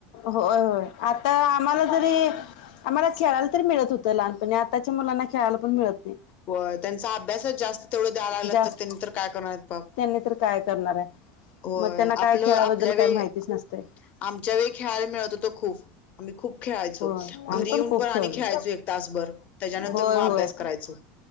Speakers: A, on the left; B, on the left.
A: होय, होय. आता आम्हाला जरी आम्हाला खेळायला तरी मिळत होत त्या लहानपणी आताच्या मुलांना खेळायला पण मिळत नाय.
B: व्हय, त्यांचा अभ्यासच जास्त तेवढं द्याय लागल्यात.
A: जास्त
B: ते त्यांन तर काय करणारेत बाप
A: त्यांनी तर काय करणार ये,
B: होय
A: मग त्यांना काय
B: आपलं
A: खेळाबद्दल
B: आपल्या वेळी
A: काय माहितीच नसतय.
B: आमच्या वेळी खेळाल मिळत होत खूप आम्ही खूप खेळायचो.
A: होय
B: घरी
A: आम्ही
B: येऊन
A: खूप
B: पण आणि
A: खेळलोय
B: खेळायचो एक तासभर, त्याच्यानंतर
A: होय
B: म
A: होय
B: अभ्यास करायचो.